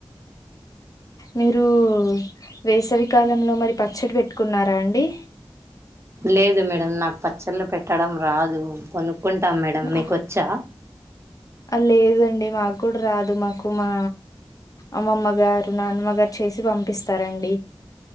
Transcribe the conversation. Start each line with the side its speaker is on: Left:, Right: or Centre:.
Left: మీరు వేసవికాలంలో మరి పచ్చడి పెట్టుకున్నారా అండి
Right: లేదు మేడం నాకు పచ్చళ్ళు పెట్టడం రాదు కొనుక్కుంటాం మేడం
Left: ఆ,
Right: మీకు వచ్చా
Left: లేదండి మాకు కూడా రాదు మాకు మా అమ్మమ్మగారు నాన్నమ్మగారు చేసి పంపిస్తారండి